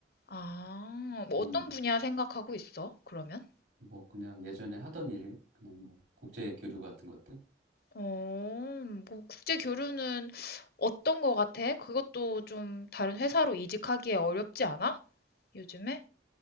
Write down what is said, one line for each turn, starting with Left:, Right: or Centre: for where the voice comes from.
Left: 아, 뭐
Right: 음.
Left: 어떤 분야 생각하고 있어? 그러면?
Right: 뭐 그냥 예전에 하던 일, 그냥 뭐 국제 교류 같은 것들.
Left: 어, 뭐 국제 교류는 어떤 거 같아? 그것도 좀 다른 회사로 이직하기에 어렵지 않아? 요즘에?